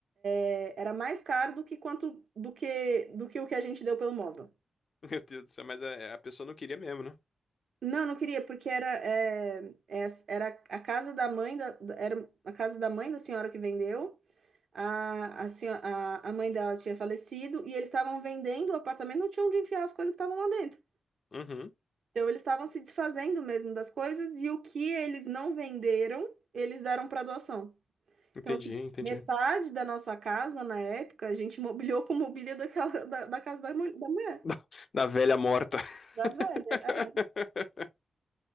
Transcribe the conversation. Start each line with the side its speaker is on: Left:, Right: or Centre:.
Right: é, Era mais caro do que quanto do que do que o que a gente deu pelo móvel.
Left: <laughs> Meu Deus do céu, mas é- a, pessoa não queria mesmo, né?
Right: Não, não queria, porque era, é, é, era a casa da mãe da, da- era a casa da mãe da senhora que vendeu. A, a, senho- a, a mãe dela tinha falecido e eles estavam vendendo o apartamento, não tinham onde enfiar as coisas que estavam lá dentro.
Left: Uhum,
Right: Então eles estavam se desfazendo mesmo das coisas e o que eles não venderam, eles deram para doação.
Left: entendi,
Right: Então, assim,
Left: entendi.
Right: metade
Left: <laughs>
Right: da nossa casa na época, a gente <laughs> mobiliou com mobília daquela, da, da casa da, mu- da mulher,
Left: Da, da velha morta. <laughs>
Right: da velha.